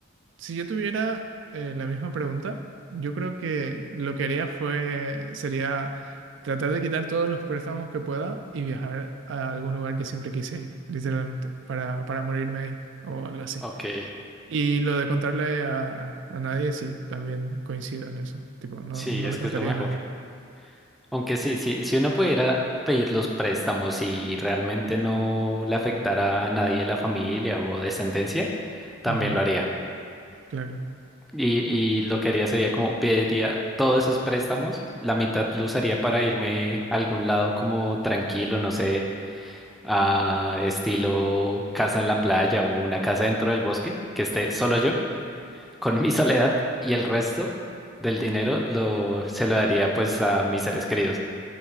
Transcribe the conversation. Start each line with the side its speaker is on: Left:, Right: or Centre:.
Right: si yo tuviera eh, la misma pregunta, yo creo que lo que haría fue, sería tratar de quitar todos los préstamos que pueda y viajar a algún lugar que siempre quise ir, literalmente, para, para morirme ahí o algo así.
Centre: Ok,
Right: Y lo de contarle a, a nadie, sí, también coincido en eso. Tipo, no,
Centre: sí,
Right: no
Centre: es
Right: le contaría
Centre: que es lo mejor.
Right: a nadie.
Centre: Aunque sí, sí, si uno pudiera pedir los préstamos y realmente no le afectara a nadie de la familia o descendencia, también
Right: Ujú,
Centre: lo haría.
Right: claro,
Centre: Y, y lo que haría sería como pediría todos esos préstamos, la mitad lo usaría para irme a algún lado como tranquilo, no sé, a estilo casa en la playa o una casa dentro del bosque, que esté solo yo, con mi <laughs> soledad, y el resto del dinero lo, se lo daría pues a mis seres queridos.